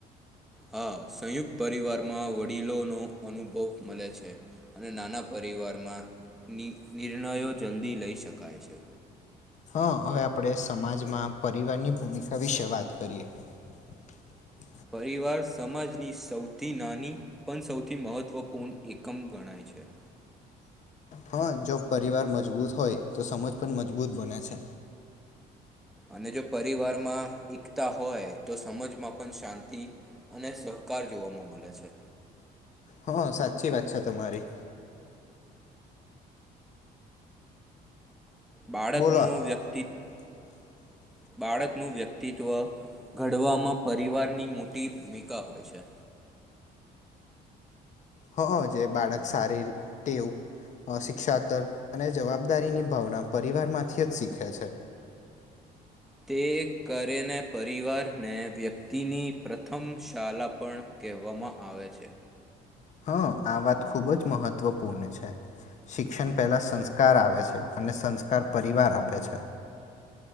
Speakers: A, in the centre; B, on the left.
A: હા સંયુક્ત પરિવારમાં વડીલોનો અનુભવ મળે છે અને નાના પરિવારમાં નિ નિર્ણયો જલ્દી લઈ શકાય છે
B: હા હવે આપણે સમાજમાં પરિવારની ભૂમિકા વિશે વાત કરીએ <unintelligible>
A: પરિવાર સમાજની સૌથી નાની પણ સૌથી મહત્વપૂર્ણ એકમ ગણાય છે પ્ છે
B: હા જો પરિવાર મજબૂત હોય તો સમજ પણ મજબૂત બને છે
A: અને જો પરિવારમાં એકતા હોય તો સમજમાં પણ શાંતિ અને સહકાર જોવામાં મળે છે
B: હા સાચી વાત છે તમારી
A: બાળકનું
B: બોલો
A: વ્યક્તિત્વ
B: <unintelligible>
A: બાળકનું વ્યક્તિત્વ ઘડવામાં પરિવારની મોટી ભૂમિકા હોય છે.
B: હ જે બાળક સારી ટેવું શિક્ષાતર અને જવાબદારીની ભાવના પરિવારમાંથી જ શીખે છે
A: તે કરીેને પરિવારને વ્યક્તિની પ્રથમ શાળા પણ કહેવામાં આવે છે
B: હા આ વાત ખુબ જ મહત્વપૂર્ણ છે શિક્ષણ પહેલા સંસ્કાર આવે છે અને સંસ્કાર પરિવાર આપે છે